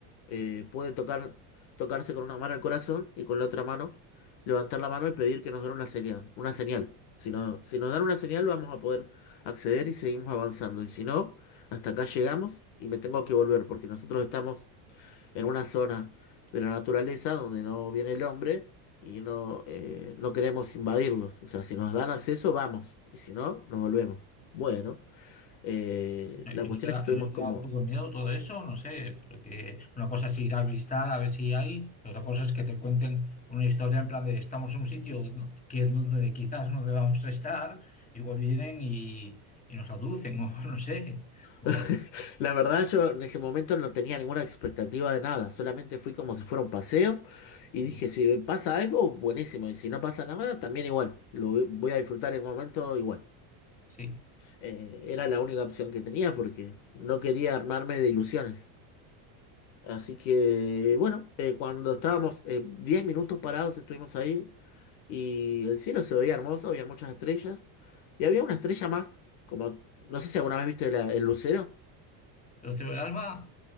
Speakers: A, on the left; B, on the left.
A: eh, puede tocar, tocarse con una mano el corazón y con la otra mano levantar la mano y pedir que nos den una señal, una señal. Si no, si nos dan una señal vamos a poder acceder y seguimos avanzando. Y si no, hasta acá llegamos y me tengo que volver porque nosotros estamos en una zona de la naturaleza donde no viene el hombre y no, eh, no queremos invadirlos. O sea, si nos dan acceso, vamos, y si no, nos volvemos. Bueno, eh,
B: Eh,
A: la
B: ¿Y
A: cuestión
B: no te da,
A: es que estuvimos
B: y no te
A: como...
B: da un poco de miedo todo eso? No sé, porque una cosa es ir a visitar a ver si hay, y otra cosa es que te cuenten una historia en plan de estamos en un sitio no- que donde quizás no debamos <laughs> estar, igual vienen y, y nos aducen, o <laughs> no sé, o
A: <laughs>
B: algo.
A: La verdad, yo en ese momento no tenía ninguna expectativa de nada, solamente fui como si fuera un paseo y
B: Mm,
A: dije, si pasa algo, buenísimo, y si no pasa nada, también igual, lo voy voy a disfrutar el momento igual.
B: Sí.
A: Eh, era la única opción que tenía porque no quería armarme de ilusiones. Así que, bueno, eh, cuando estábamos eh, 10 minutos parados, estuvimos ahí y el cielo se veía hermoso, había muchas estrellas y había una estrella más, como, no sé si alguna vez viste la- el lucero.
B: Pero Cielo del Alba,